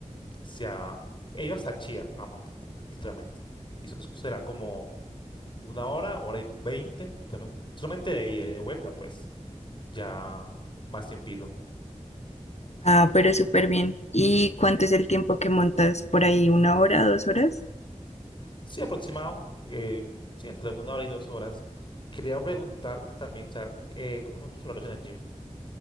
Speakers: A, on the left; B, on the left.
A: hacia, he ido hasta Chía, a monta- literalmente. Y eso será como una hora, hora y veinte, solamente de ida y de vuelta, pues ya más tiempito.
B: Ah, pero súper bien. ¿Y cuánto es el tiempo que montas? ¿Por ahí una hora, dos horas?
A: Sí, aproximado, eh, sí, entre una hora y dos horas. Quería preguntarte también, o sea, eh, ¿cómo son tus horarios en el gym?